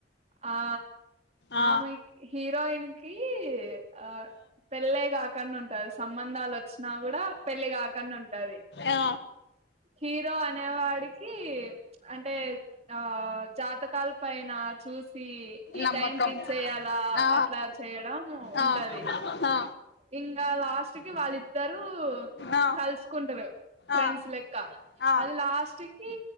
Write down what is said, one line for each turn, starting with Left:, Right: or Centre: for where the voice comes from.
Right: ఆ
Left: ఆ
Right: ఆమె హీరోయిన్ కి ఆ పెల్లేగా కం ఉంటారు సంబంధాలు వచ్చినా కూడా పెళ్లి కాకండా ఉంటది
Left: ఆ
Right: హీరో అనేవాడికి అంటే ఆ జాతక కాల్ పయనా చూస్ ఈ
Left: నమ్మకం
Right: టైం కిది చెయాలా
Left: ఆ
Right: అట్లా చేయడం ఉంటది
Left: ఆ ఆ
Right: ఇంకా లాస్ట్ కి వాళ్ళిద్దరు
Left: ఆ
Right: కలుసుకుంటారు ఫ్రెండ్స్
Left: ఆ
Right: లెక్క
Left: ఆ
Right: అది లాస్ట్ కి